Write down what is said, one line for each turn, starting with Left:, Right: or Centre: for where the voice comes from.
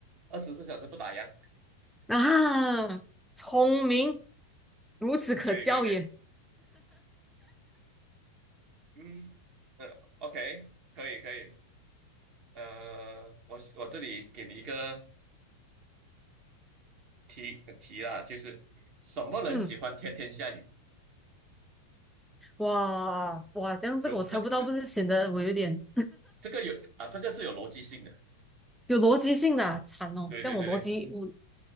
Right: 二十四小时不打烊，
Centre: 啊，聪明，孺子可教也。
Right: 可以可以可以，嗯，呃，OK，可以可以，呃，我我这里给你一个题题啦，就是什么人喜欢天天下雨？
Centre: 嗯，哇哇，这样这个我猜不到，
Right: 有这这
Centre: 不是显得我有点。
Right: 这个有啊，这个是有逻辑性的，
Centre: 有逻辑性的啊惨哦！
Right: 对对对对，
Centre: 这样我逻辑我